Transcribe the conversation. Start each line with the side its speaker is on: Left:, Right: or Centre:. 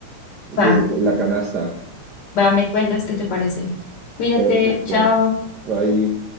Right: de
Left: va,
Right: la canasta.
Left: va, me cuentas qué te parece. Cuídate,
Right: Perfecto.
Left: chao.
Right: Ahí.